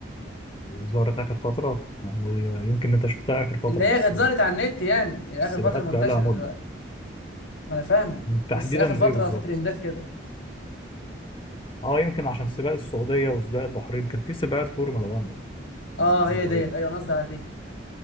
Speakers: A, on the left; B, on the left.
A: ظهرت آخر فترة يعني يمكن أنت شفتها آخر فترة
B: اللي هي
A: بس
B: كانت ظهرت على النت يعني
A: السباقات
B: اخر فترة
A: بقى
B: منتشرة
A: لها مدة
B: دلوقتي ما انا فاهمك
A: تحديدا
B: بس اخر فترة
A: إيه بالظبط؟
B: في ترندات كده
A: أه يمكن عشان سباق السعودية وسباق البحرين كان في سباقات فورمولا 1
B: اه
A: من
B: هي
A: أسبوعين
B: ديت ايوه انا قصدي على دي